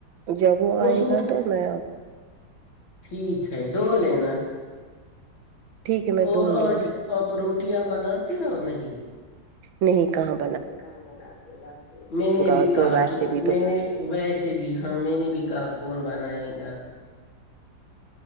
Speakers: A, on the right; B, on the left.
A: جب
B: وہ
A: آئے
B: سوٹ
A: گا تو میں آپ-
B: ٹھیک ہے دو لینا
A: ٹھیک ہے میں
B: اور
A: دو لوں
B: آج
A: گی
B: آپ روٹیاں بناتی ہو نہیں
A: نہیں کہام
B: نہیں کہاں بناتے ہو رات میں، میں نے بھی
A: آتی
B: کہا
A: ہوں ویسے
B: کہ
A: بھی
B: میں
A: تو
B: نے ویسے بھی ہاں میں نے بھی کہا کون بنائے گا